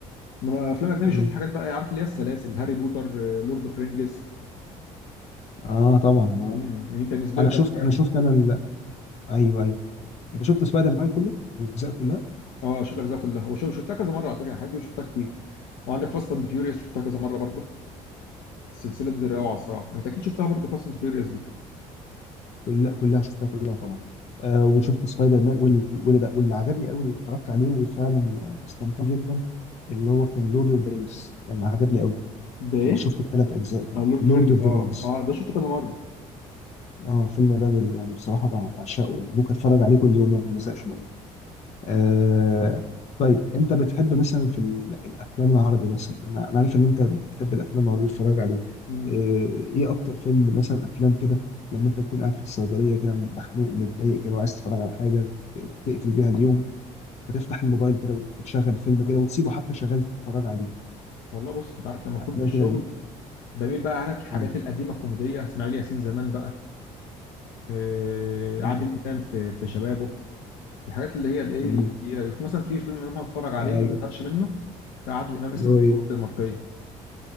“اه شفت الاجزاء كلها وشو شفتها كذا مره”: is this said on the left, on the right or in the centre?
Left